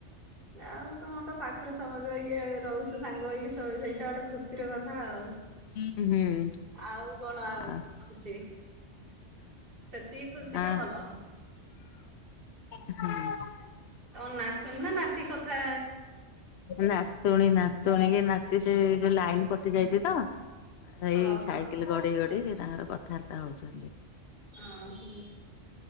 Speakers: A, on the right; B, on the left.
A: ଆଉ ତମ ତ ପାଖରେ ସମସ୍ତେ ଇଏ ରହୁଛି। ସାଙ୍ଗ ହେଇକି ସେଇଟା ଗୋଟେ ଖୁସିର କଥା ଆଉ
B: ହୁଁ।
A: ଆଉ। କଣ ଆଉ
B: ଆ
A: ଖୁସି ସେତିକି ଖୁସି
B: ଆ
A: ଟା ଭଲ।
B: ହୁଁ।
A: ତମ ନାତୁଣୀ ନା ନାତି କଥା
B: ନାତୁଣୀ ନାତୁଣୀ ନାତି ସେ ଯୋଉ ଲାଇନ କଟି ଯାଇଛି ତ ଏଇ
A: ହଁ
B: ସାଇକେଲ
A: ହଁ
B: ଗଡେଇ ଗଡେଇ ସେ ତାଙ୍କର କଥାବାର୍ତା ହଉଛନ୍ତି।
A: ଓହୋ